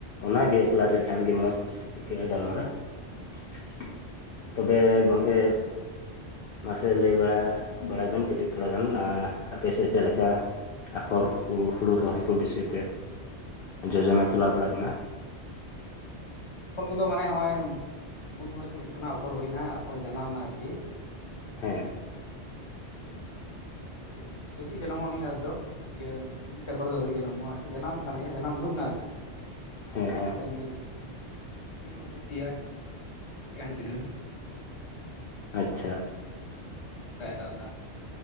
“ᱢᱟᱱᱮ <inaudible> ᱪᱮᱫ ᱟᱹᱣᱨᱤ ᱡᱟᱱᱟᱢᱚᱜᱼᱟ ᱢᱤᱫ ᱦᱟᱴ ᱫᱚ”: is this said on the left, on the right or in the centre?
Left